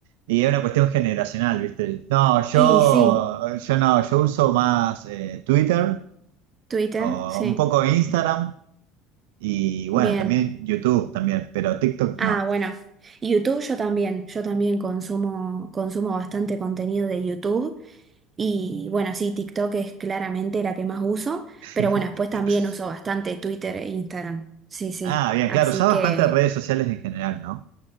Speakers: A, on the right; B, on the right.
A: Y es una cuestión generacional, ¿viste? No, yo,
B: Y sí,
A: yo no, yo uso más eh, Twitter
B: Twitter,
A: o
B: sí,
A: un poco Instagram y bueno,
B: bien.
A: también YouTube también, pero TikTok
B: Ah,
A: no.
B: bueno, YouTube yo también, yo también consumo, consumo bastante contenido de YouTube. Y bueno, sí, TikTok es claramente la que más uso,
A: <laughs>
B: pero bueno, después también uso bastante Twitter e Instagram. Sí, sí.
A: Ah, bien,
B: Así
A: claro, usás
B: que,
A: bastantes redes sociales en general, ¿no?